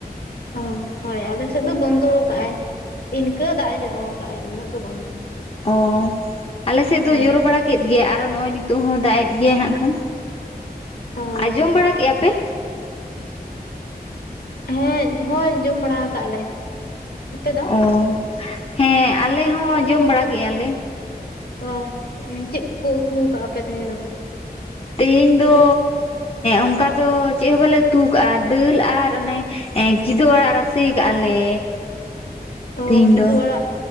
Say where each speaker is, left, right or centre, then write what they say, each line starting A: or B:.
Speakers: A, on the left; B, on the left.
A: ᱚ ᱦᱳᱭ ᱟᱞᱮ ᱥᱮᱫ ᱫᱚ ᱵᱚᱱᱫᱚ ᱟᱠᱟᱫᱼ ᱟᱭ ᱤᱱᱠᱟᱹ ᱫᱟᱜ ᱮ ᱡᱚᱨᱚ ᱟᱠᱟᱫ ᱟᱭ ᱩᱱᱟᱹᱜ ᱫᱚ ᱵᱟᱝᱟ
B: ᱚ ᱟᱞᱮ ᱥᱮᱫ
A: ᱦᱳᱭ
B: ᱫᱚ ᱡᱚᱨᱚ ᱵᱟᱲᱟ ᱠᱮᱫ ᱜᱮ ᱟᱨᱚ ᱱᱚᱜᱼᱚᱭ ᱱᱤᱛᱚᱜ ᱦᱚᱸ ᱫᱟᱜ ᱮᱫ ᱜᱮ ᱦᱜ ᱠᱷᱟᱱ
A: ᱚ
B: ᱟᱸᱡᱚᱢ ᱵᱟᱲᱟ ᱠᱮᱫᱼᱟ ᱯᱮ
A: ᱦᱮᱸ ᱦᱳᱭ ᱡᱚᱢ ᱵᱟᱲᱟ ᱠᱟᱜ ᱞᱮ ᱟᱯᱮ ᱫᱚ?
B: ᱚ ᱦᱮᱸ ᱟᱞᱮ ᱦᱚᱸ ᱡᱚᱢ ᱵᱟᱲᱟ ᱠᱮᱜᱼᱟ ᱞᱮ
A: ᱚ ᱪᱮᱫ ᱠᱚ ᱩᱛᱩ ᱟᱠᱟᱟᱜᱼᱟ ᱟᱯᱮ ᱛᱮᱦᱮᱧ ᱫᱚ ᱦ <inaudible>
B: ᱛᱮᱦᱮᱧ ᱫᱚ ᱚᱱᱠᱟ ᱫᱚ ᱪᱮᱫ ᱦᱚᱸ ᱵᱟᱞᱮ ᱩᱛᱩ ᱠᱟᱜᱼᱟ ᱫᱟᱹᱞ ᱟᱨ ᱚᱱᱮ ᱠᱤᱫᱩᱵᱽ ᱟᱲᱟᱜ ᱨᱟᱥᱮ ᱠᱟᱜᱼᱟ ᱞᱮ
A: ᱚ
B: ᱛᱮᱦᱮᱧ
A: ᱠᱤᱫᱩ
B: ᱫᱚ
A: ᱟᱲᱟᱜ